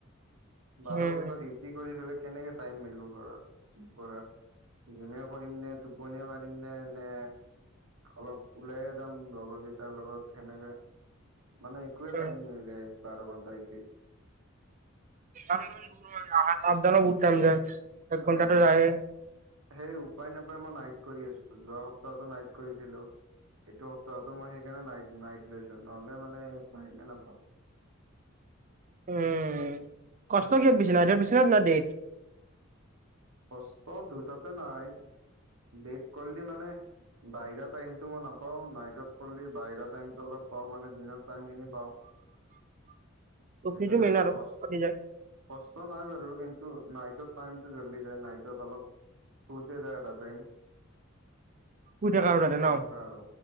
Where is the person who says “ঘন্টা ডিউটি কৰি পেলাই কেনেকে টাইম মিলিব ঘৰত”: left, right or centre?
Right